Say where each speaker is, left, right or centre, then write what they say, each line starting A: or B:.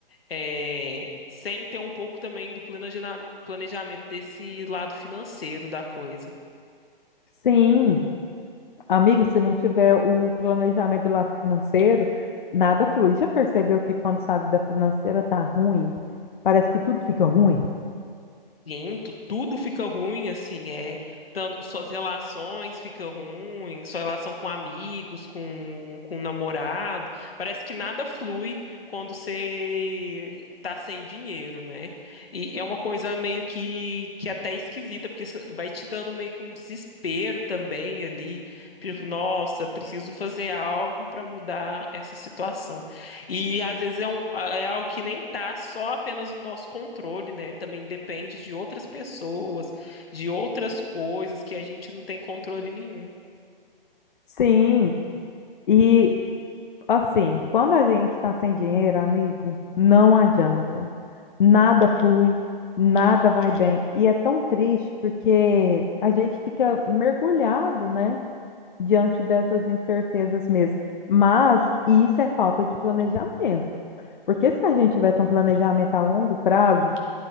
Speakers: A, on the left; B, on the left.
A: é, sem ter um pouco também do planejina- planejamento desse lado financeiro da coisa.
B: Sim, amigo, se não tiver o planejamento do lado financeiro, nada flui. Já percebeu que quando sua vida financeira tá ruim, parece que tudo fica ruim?
A: Sim, tu- tudo fica ruim, assim, é. Tanto, suas relações ficam ruins, sua relação com amigos, com, com namorado. Parece que nada flui quando você tá sem dinheiro, né? E é uma coisa meio que, que até esquisita, porque isso vai te dando meio que um desespero também ali. Tipo, nossa, preciso fazer algo para mudar essa situação. E às vezes é, um, é algo que nem tá só apenas no nosso controle, né? Também depende de outras pessoas, de outras coisas que a gente não tem controle nenhum.
B: Sim, e Assim, quando a gente está sem dinheiro, amigo, não adianta. Nada flui, nada vai bem. E é tão triste porque a gente fica mergulhado, né, diante dessas incertezas mesmo. Mas isso é falta de planejamento. Porque se a gente tivesse um planejamento a longo prazo,